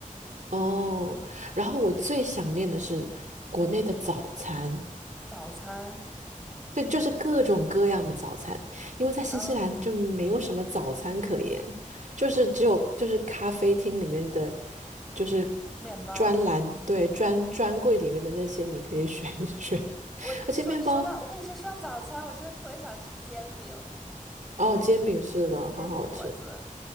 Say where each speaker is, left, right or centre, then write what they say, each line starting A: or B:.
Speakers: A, on the right; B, in the centre.
A: 哦，然后我最想念的是国内的早餐，
B: 早餐，
A: 对，就是各种各样的早餐，因为在新西兰就没有什么早餐可言，
B: 嗯，
A: 就是只有就是咖啡厅里面的，就是
B: 面包。
A: 专栏，对，专专柜里面的那些你可以选一选。<laughs>
B: 我我说说到，
A: 而且面包
B: 我跟你说说到早餐，我真的特别想吃煎饼、
A: 哦，煎饼是的，很好吃。
B: 煎饼果子，